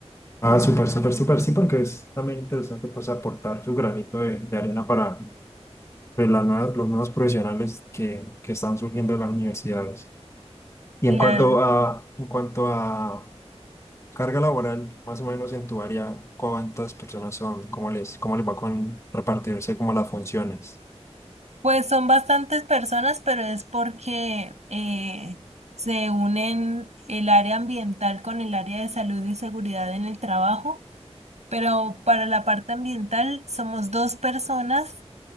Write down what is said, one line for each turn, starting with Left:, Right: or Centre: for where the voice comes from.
Left: Ah, súper, súper, súper, sí, porque es también interesante pues aportar su granito de, de arena para pues, las nuevas- los nuevos profesionales que, que están surgiendo en las universidades. Y
Right: Claro.
Left: en cuanto a, en cuanto a Carga laboral, más o menos en tu área, ¿cuántas personas son? ¿Cómo les, cómo les va con repartirse como las funciones?
Right: Pues son bastantes personas, pero es porque eh, se unen el área ambiental con el área de salud y seguridad en el trabajo, pero para la parte ambiental somos dos personas